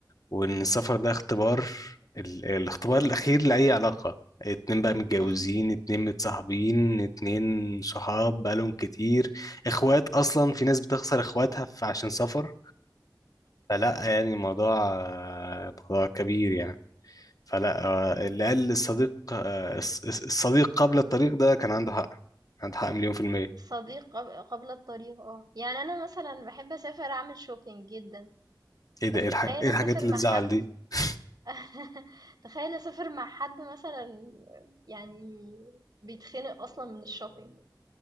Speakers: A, on the left; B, on the right.
A: وان السفر ده اختبار ال- الاختبار
B: مم.
A: الاخير لاي علاقه اتنين بقى متجوزين
B: <laughs>
A: اتنين متصاحبين اتنين صحاب بقالهم كتير اخوات اصلا في ناس بتخسر اخواتها ف- عشان سفر فلا يعني الموضوع آه، موضوع كبير يعني فلا آه، اللي قال الصديق آه، الص- الص- الصديق قبل الطريق ده كان عنده حق عنده حق مليون في المية
B: صديق قب- قبل الطريق اه يعني انا مثلا بحب اسافر اعمل شوبينج جدا
A: ايه ده
B: بس
A: ايه الح-
B: تخيل
A: إيه
B: اسافر
A: الحاجات اللي
B: مع
A: تزعل
B: حد
A: دي <laughs>
B: <laughs> تخيل اسافر مع حد مثلا يعني بيتخنق اصلا من الشوبينج